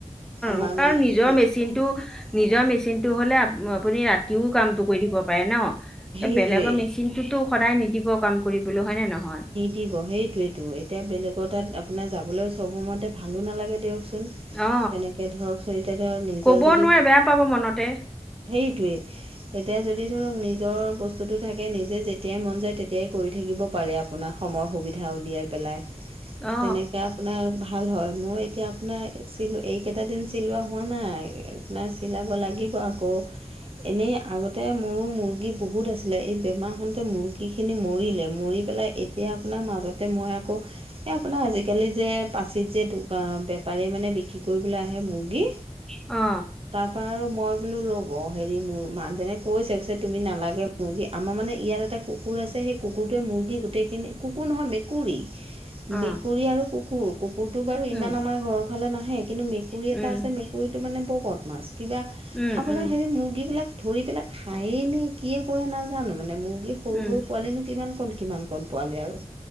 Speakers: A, on the right; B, in the centre.
A: আমাৰ
B: অ
A: মানে
B: আৰু নিজৰ
A: এই
B: মেচিনটো নিজৰ মেচিনটো হ'লে আপ-আপুনি ৰাতিও কামটো কৰি থাকিব পাৰে ন'
A: সেইটোৱেই
B: এহ বেলেগৰ মেচিন টোতো সদায় নিদিব কাম কৰিবলৈ হয়নে নহয়।
A: নিদিব সেইটোৱেটো এতিয়া বেলেগৰ তাত আপোনাৰ যাবলৈ চব সময়তে ভালো নালাগে দিয়কচোন।
B: অ
A: তেনেকে ধৰক চ' এতিয়াটো আৰু নিজৰ
B: ক'ব
A: যদি
B: নোৱাৰে বেয়া পাব মনতে
A: সেইটোৱে। এতিয়া যদি ধৰক নিজৰ বস্তুটো থাকে নিজে যেতিয়াই মন যায় তেতিয়াই কৰি থাকিব পাৰে আপ আপোনাৰ সময় সুবিধা উলিয়াই পেলাই
B: অ
A: তেনেকে আপোনাৰ ভাল হয় মই এতিয়া আপোনাৰ চিল এইকেইটা দিন চিলোৱা হোৱা নাই আপোনাৰ চিলাব লাগিব আকৌ। এনেই আগতে মোৰো মুৰ্গী বহুত আছিলে এই বেমাৰ হওঁতে মুৰ্গী খিনি মৰিলে মৰি পেলাই এতিয়া আপোনাৰ মাজতে মই আকৌ এই আপোনাৰ আজিকালি যে পাচিত যে বেপাৰীয়ে মানে বিক্ৰী কৰিবলৈ আহে মুৰ্গী।
B: অ
A: তাৰ পৰা আৰু মই বোলো লওঁ অ', হেৰি মোৰ মানুহজনে কৈছে কৈছে তুমি নালাগে মুৰ্গী আমাৰ মানে ইয়াত এটা কুকুৰ আছে সেই কুকুৰটোৱে মুৰ্গী গোটেইখিনি কুকুৰ নহয় মেকুৰী।
B: অ
A: মেকুৰী আৰু কুকুৰ, কুকুৰটো বাৰু ইমান
B: উম
A: আমাৰ ঘৰৰ ফালে নাহে কিন্তু মেকুৰী
B: উম
A: এটা আছে মে কুৰীটো মানে বৰ বোদমাছ কিবা
B: উম
A: আপোনাৰ
B: উম
A: হেৰি মুৰ্গীবিলাক ধৰি পেলাই খায়েই নে কিয়ে কৰে নাজানো মানে মুৰ্গী সৰু
B: উম
A: সৰু পোৱালিনো কিমান কণ কিমান ক কণ পোৱালি আৰু